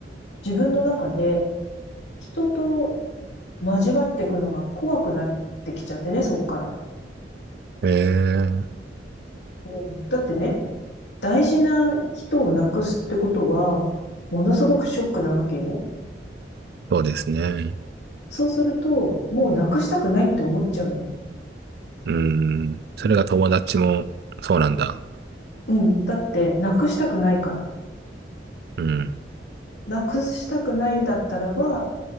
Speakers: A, on the left; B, on the right.
A: 自分の中で人と交わっていくのが怖くなってきちゃってね、そっから。
B: ええ、
A: うん、だってね、大事な人をなくすってことは、ものすごくショックなわけよね。
B: そうですね。
A: そうすると、もうなくしたくないって思っちゃうのよ。
B: うん。それが友達も、そうなんだ。
A: うん。だって、なくしたくないから。
B: うん。
A: なくしたくないんだったらば、